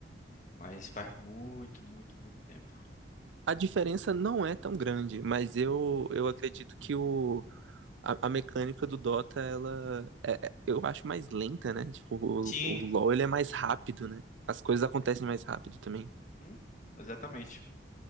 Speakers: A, on the left; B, on the right.
A: Mas faz muito, muito, muito tempo.
B: A diferença não é tão grande, mas eu, eu acredito que o, a, a mecânica do Dota, ela é, é- eu acho mais lenta, né? Tipo, o,
A: Sim,
B: o LoL ele é mais rápido, né? As coisas acontecem mais rápido também.
A: uhum, exatamente.